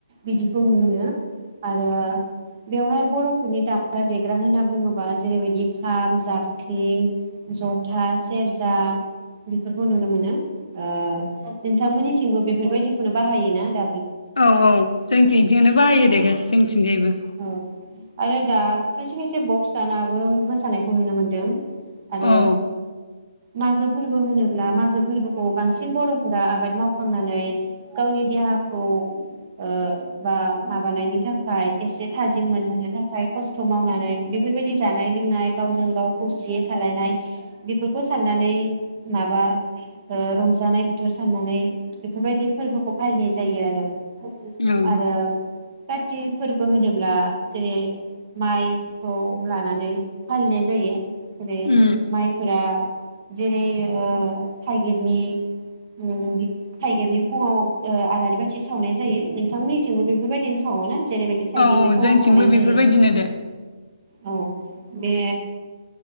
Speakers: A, on the right (about 35°); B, on the left (about 70°).
A: बिदिखौ नुयो आरो बेवहाय बर'फोरनि दामग्रा देग्रा होनना बुङोबा जेरैबायदि खाम, जाब क्रिं, जथा, सेरजा बेफोरखौ नुनो मोनो ओ नोंथांमोननिथिंबो बेफोरबायदिखौनो बाहायोना दा
B: औ औ जोंथिंजोंनो बाहायो
A: औ
B: दे जोंथिंजायबो
A: औ आरो दा खायसे खायसे बक्स दानाबो मोसानायखौ नुनो मोन दों आरो
B: औ
A: मागो फोरबो होनोब्ला मागो फोरबोखौ बांसिन बर'फोरा आबाद मावखांनानै गावनि देहाखौ ओ बा माबानायनि थाखाय एसे थाजिम मोनहोनो थाखाय खस्थ' मावनानै बेफोरबायदि जानाय लोंनाय गावजों गाव खौसेयै थालायनाय बेफोरखौ साननानै माबा ओ रंजानाय बोथोर साननानै बेफोरबायदि फोरबोखौ फालिनाय जायो आरो
B: औ
A: आरो थि फोरबो होनोब्ला जेरै माइ खौ लानानै फालिनाय जायो जेरै
B: ओम
A: माइफोरा जेरै ओ थाइगिरनि उम थाइगिरनि फुङाव आलारि बाथि सावनाय जायो नोंथांमोननिथिंबो बेफोरबायदिनो सावोना? जेरैबायदि थाइगिरनि
B: औ औ
A: फुङाव
B: जोंथिंबो
A: सावनाय
B: बेफोरबायदिनो
A: जायो
B: दे
A: औ बे